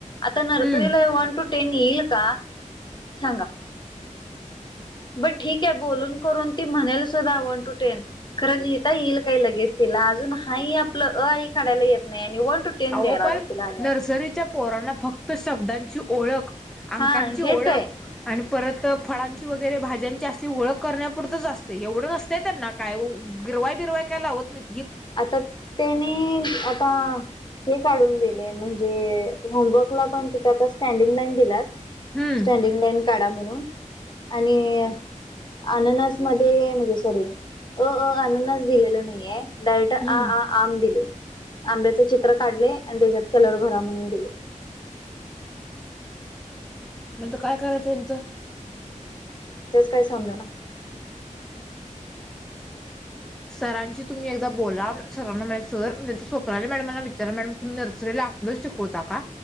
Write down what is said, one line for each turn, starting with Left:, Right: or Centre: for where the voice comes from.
Left: आता नर्सरीला
Centre: हम्म
Left: वन टू टेन येईल का सांगा? बरं ठीक आहे, बोलून करून ती म्हणेल सुद्धा वन टू टेन खरं लिहिता येईल काय लगेच तिला. अजून हाई ही आपलं अ, आ, ई काढायला येत नाही आणि वन, टू टेन
Centre: अहो
Left: द्यायला
Centre: पण
Left: आलं तिला लिहायला
Centre: नर्सरीच्या पोरांना फक्त शब्दांची ओळख, अंकांची
Left: हा
Centre: ओळख
Left: हेच आहे
Centre: आणि परत फळांची वगैरे भाज्यांची असती ओळख करण्यापुरतंच असते एवढं नसतंय त्यांना काय ओ गिरवाय बिरवाय काय लावत नाही.
Left: आता त्यांनी आता हे काढून दिले म्हणजे होमवर्कला पण तिथं आता स्टँडिंग लाईन दिल्यात.
Centre: हम्म
Left: स्टँडिंग लाईन काढा म्हणून आणि अं अननस मध्ये म्हणजे सॉरी अ, अ अननस दिलेलं नाही हाय डायरेक्ट आ,
Centre: हम्म
Left: आ, आ आंम दिले, आंब्याच चित्र काढले आणि त्याच्यात कलर भरा म्हणून दिले
Centre: नंतर काय करायचं हेचं
Left: तेच काही समजना
Centre: सरांशीतुम्ही एकदा बोला सरांना म्हणायचं सर स्वप्नाली मॅडम मला विचारा मॅडम तुम्ही नर्सरीला असता तूचं शिकवता का?